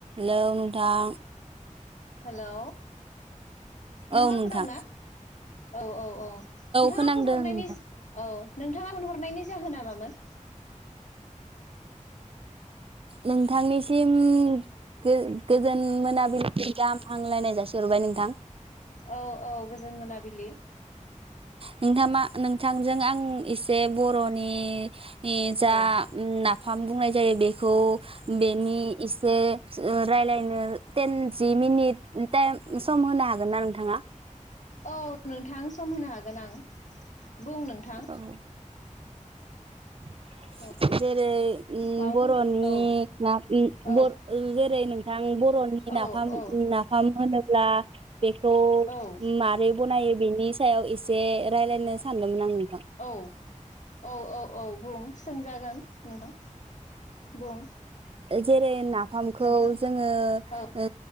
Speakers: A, on the right; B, on the left.
A: लों थां
B: हेलौ नोंङा
A: औ नोंथां
B: खोनादों ना? औ औ औ। नोंथाङा
A: खोनांदों
B: फन हरनायनि
A: नोंथां
B: ज औ। नोंथाङा फन हरनायनि जाहोना मामोन?
A: नोंथांनिसिम गो-गोजोन मोनाबिलिनि गाहाम हामलायनाय जासिहरबाय नोंथां।
B: औ औ गोजोन मोनाबिलि।
A: नोंथांमा नोंथांजों आं एसे बरनि नि जा
B: औ
A: ओम ना नाफाम बुंनाय जायो बेखौ बेनि एसे रायलायनो टेन जि मिनिट टाइम सम होनो हागोन ना नोंथाङा?
B: औ नोंथां सम होनो हागोन आं बुं नोंथां।
A: औ <inaudible>
B: औ
A: जेरै उम
B: माबाफोर
A: बर'नि
B: औ
A: ना उम
B: औ
A: बर' जेरै नोंथां बर'नि
B: औ
A: नाफाम
B: औ
A: नाफाम होनोब्ला बेखौ
B: औ
A: मारै बनायो। बेनि सायाव एसे रायलायनो सानदोंमोन आङो
B: औ औ औ औ बुं सोंजागोन नोंथां बुं
A: जेरै ना फामखौ
B: नोंथां
A: जोङो
B: औ
A: ओ